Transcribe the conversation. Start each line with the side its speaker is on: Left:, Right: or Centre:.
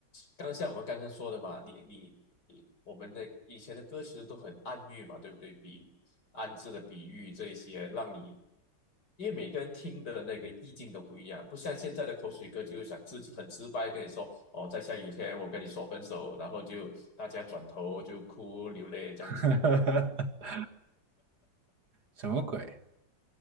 Left: 刚像我们刚刚说的嘛，你你你，我们的以前的歌词都很暗喻嘛，对不对？比暗字的比喻这一些，让你因为每个人听的那个意境都不一样，不像现在的口水歌，就是想自己很直白跟你说，哦，在下雨天我跟你说分手，然后就大家转头就哭流泪这样子。
Right: <laughs> 什么鬼？